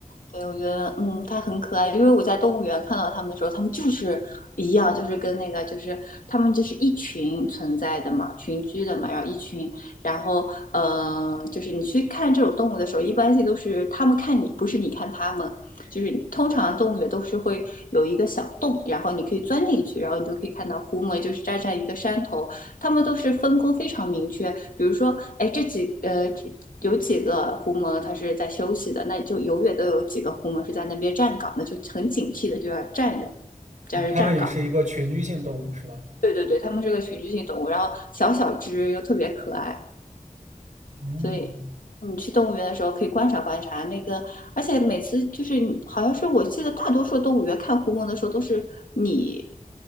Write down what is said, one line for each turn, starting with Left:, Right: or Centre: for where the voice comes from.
Left: 对，我觉得，嗯，它很可爱，因为我在动物园看到它们的时候，它们就是一样，就是跟那个，就是它们就是一群存在的嘛，群居的嘛，然后一群，然后，嗯、就是你去看这种动物的时候，一般性都是它们看你，不是你看它们，就是通常动物园都是会有一个小洞，然后你可以钻进去，然后你就可以看到狐獴，就是站在一个山头，他们都是分工非常明确。比如说，哎，这几呃有几个狐獴它是在休息的，那就永远都有几个狐獴是在那边站岗的，就很警惕的就要站着，在这站岗。
Right: 哦，他们也是一个群居性动物是吗？
Left: 对对对，它们是个群居性动物，然后小小只又特别可爱，
Right: 嗯。
Left: 所以你去动物园的时候可以观察观察那个，而且每次就是好像是我记得大多数动物园看狐獴的时候都是你